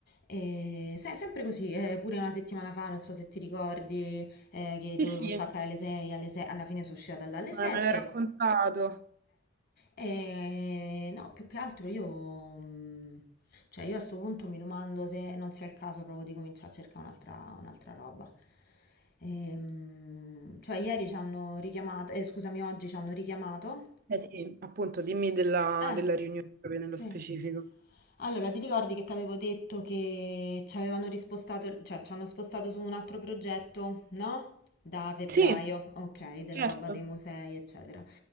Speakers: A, on the left; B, on the right.
A: E se- sempre così, eh, pure una settimana fa, non so se ti ricordi, eh, che
B: Sì,
A: dovevo
B: sì,
A: staccare
B: eh,
A: alle 6, alle 6 alla fine sono uscita dalle 7.
B: me l'hai raccontato.
A: E no, più che altro io, mh, cioè io a sto punto mi domando se non sia il caso proprio di cominciare a cercare un'altra un'altra roba. Ehm, cioè ieri ci hanno richiamato, eh, scusami, oggi ci hanno richiamato
B: Eh sì, appunto, dimmi della,
A: eh,
B: della riunione proprio
A: sì.
B: nello specifico.
A: Allora, ti ricordi che ti avevo detto che ci avevano rispostato, cioè ci hanno spostato su un altro progetto, no? Da febbraio,
B: Sì,
A: ok, della
B: certo.
A: roba dei musei, eccetera.